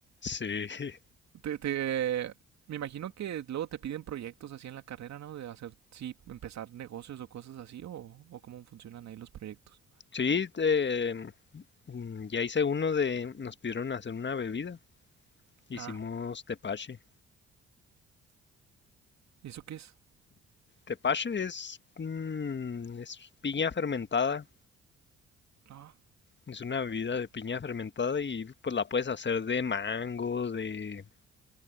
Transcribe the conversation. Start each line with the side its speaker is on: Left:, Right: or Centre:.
Left: Sí, <laughs>
Right: Te, te- me imagino que luego te piden proyectos así en la carrera, ¿no? De hacer, sí, empezar negocios o cosas así, o, o cómo funcionan ahí los proyectos.
Left: sí, eh, mm, ya hice uno de, nos pidieron hacer una bebida, hicimos
Right: Ah,
Left: tepache.
Right: ¿y eso qué es?
Left: Tepache es, mm, es piña fermentada,
Right: Ah.
Left: es una bebida de piña fermentada y pues la puedes hacer de mango, de,